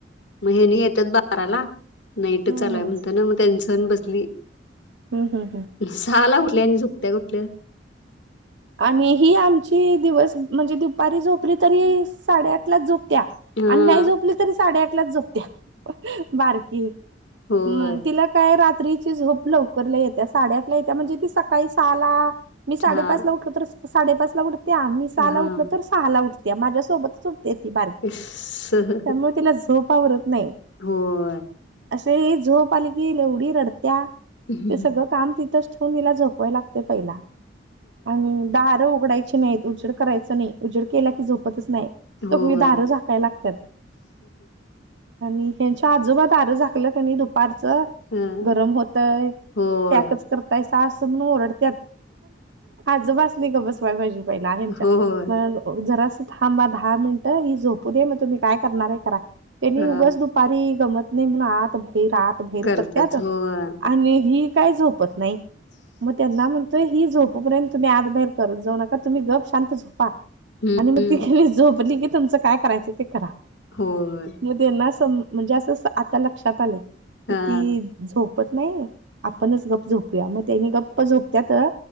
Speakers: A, on the left; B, on the right.
A: म हेनी येतात बाराला. नाईट
B: हम्म
A: चालूय म्हणत
B: हम्म
A: ना मग त्यां सण बसली
B: हम्म हम्म.
A: झाला. कुठल्या आणि झुकत्या कुठल्या?
B: आणि ही आमची दिवस म्हणजे दुपारी झोपली तरी साडेआठ लाच झोप. त्या
A: हा
B: आणि नाही जोपली तरी साडेआठ लाच जोपत्या. बारकी
A: होय.
B: म तिला काय राह. तिची झोप लय लवकर लय येता साडेआठ ला येता तर सकाळी सहाला साडेपाच
A: हा
B: ला उट साडेपाच उठते. त्या मी सहाला
A: हा.
B: उठल तर सहाला उठते माझ्यासोबतच उठते ती बारकी
A: सह
B: त्यामुळे तिला झोप आवरत नाही.
A: होय
B: असे झो पालखी एवढी रडत्या
A: हम्म
B: ते सगळं काम तिथच. छवणीिला झोपवाय लागते पहिला. आणि दारं उघडायची नाहीत उजड करायचं नाही. उजेड केल्या की झोपतच नाही
A: होय.
B: सगळी दार झाकाय लागतात. आणि ह्यांच्या आजोबा द आरं झाकलं क नाही दुपारचं
A: ह
B: गरम होतय
A: होय
B: पॅकच करताय सास म्हण ओरडतत. आजोबास्नी ग बसवायला पाहिजे पहिल्या यांच्या
A: होय
B: थांबा दहा मिनिट ही झोपू दे मग तुम्ही काय करणार आहे करा त्यांनी
A: ह
B: उगच दुपारी गमत. नाही म्ह आत भैर आत भैर
A: करतच
B: करतत
A: होय.
B: आणि ही कायच होत नाही मग त्यांना म्हणतोय ह झोपपर्यंत. तुम्ही आत बाहेर करत जाऊ नका तुम्ही गप शांत झोपा.
A: हम्म
B: आणि मग ती ख झोपली की तुमचं काय करायचं ते करा
A: होय
B: मना म्हणजे असं आता लक्षात आलं कि
A: हा
B: ती झोप त नाही आपणच गप्प झोपूया मग त्यानी गप्प झोपत्या तर